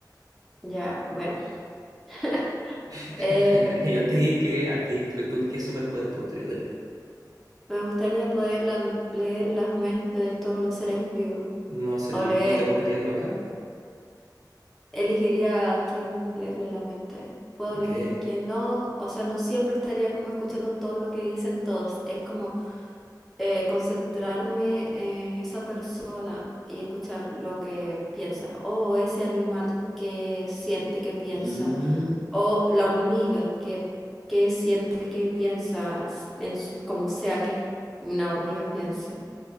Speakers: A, in the centre; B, on the right (about 55°).
A: Ya, bueno. <laughs>
B: <laughs>
A: Eh,
B: ¿Y a ti qué, a ti, qué- tú, qué superpoder te gustaría tener?
A: me gustaría poder la- leer las mentes de todos los seres vivos.
B: ¿No sería,
A: O leer,
B: no te volverías loca?
A: elegiría a quién leerle la mente. Puedo
B: Ok.
A: elegir a quién no. O sea, no siempre estaría como escuchando todo lo que dicen todos. Es como eh, concentrarme en esa persona y escuchar lo que piensa, o ese animal que siente que piensa,
B: Mm,
A: o la hormiga que, que siente que piensa, s- en, su- como sea que una hormiga piense,